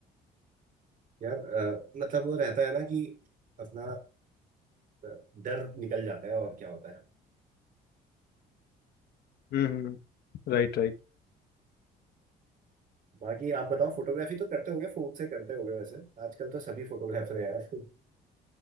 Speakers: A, on the right (about 55°); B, on the left (about 70°).
A: यार अ, मतलब वो रहता है ना कि अपना अ, डर निकल जाता है और क्या होता है
B: हम्म Right right
A: बाकी आप बताओ फोटोग्राफी तो करते होगे फोन से करते होगे वैसे आजकल तो सभी फोटोग्राफर हैं यार